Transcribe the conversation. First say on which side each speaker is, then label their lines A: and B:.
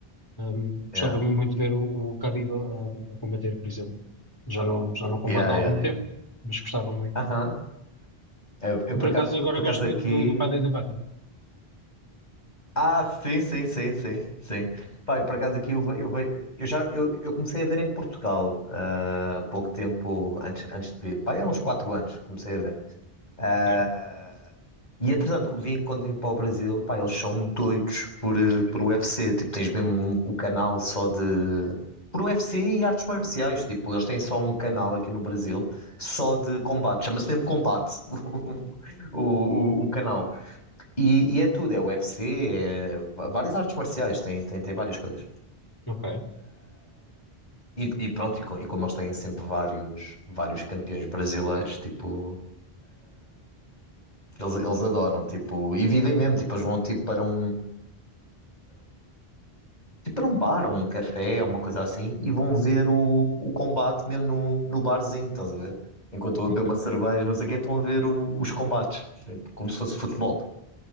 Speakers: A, on the left; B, on the left.
A: Um, gostava
B: Yeah,
A: muito de ver o, o Khabib um, a, combater, por exemplo. Já não, já não combate
B: yeah,
A: há
B: yeah,
A: algum
B: yeah.
A: tempo, mas gostava muito.
B: Aham. Eu, eu
A: Eu,
B: por
A: por
B: acaso,
A: acaso,
B: por
A: agora
B: acaso
A: gosto
B: aqui
A: muito do, do Paddy da Baddy.
B: Ah, sim, sim, sim, sim, sim. Pá, e por acaso aqui eu, ve- eu, ve- eu já eu, eu comecei a ver em Portugal ah, há pouco tempo antes, antes de vir. Pá, há uns 4 anos comecei a ver. Ah,
A: Ok,
B: e entretanto, vim, quando vim para o Brasil, pá, eles são doidos por, eh, por UFC. Tipo, tens mesmo um, o canal só de. Por UFC e artes marciais. Tipo, eles têm só um canal aqui no Brasil só de combate. Chama-se mesmo Combate <laughs> o, o, o canal. E, e é tudo, é UFC, é va- várias artes marciais, tem, tem, tem várias coisas.
A: ok,
B: E, e pronto, e, co- e como eles têm sempre vários, vários campeões brasileiros, tipo, eles, eles adoram, tipo, e vivem mesmo, tipo, eles vão tipo para um, tipo, para um bar, ou um café, ou uma coisa assim, e vão ver o, o combate mesmo no, no barzinho, estás a ver? Enquanto eu
A: ok.
B: a beber uma cerveja, não sei o quê, estão a ver o- os combates, tipo, como se fosse futebol.